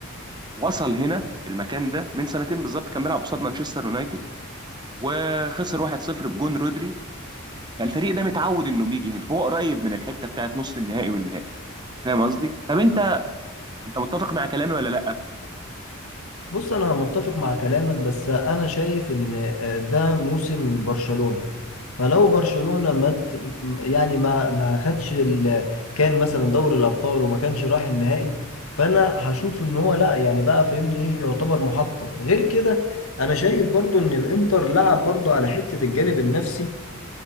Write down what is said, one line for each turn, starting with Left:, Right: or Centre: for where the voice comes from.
Right: وصل هنا المكان ده من سنتين بالظبط كان بيلعب قصاد مانشستر يونايتد وخسر 1-0 بجون رودري فالفريق ده متعود انه بيجي هنا هو قريب من الحته بتاعت نص النهائي والنهائي فاهم قصدي؟ طب انت انت متفق مع كلامي ولا لا؟
Left: بص انا متفق مع كلامك بس انا شايف ان آه، ده موسم برشلونة فلو برشلونة ما ت- يعني ما ما خدش ال... كان مثلا دوري الابطال وما كانش راح النهائي فانا هشوف ان هو لا يعني بقى فاهمني ايه يعتبر محطم غير كده انا شايف برضو ان الانتر لعب برضو على حتة الجانب النفسي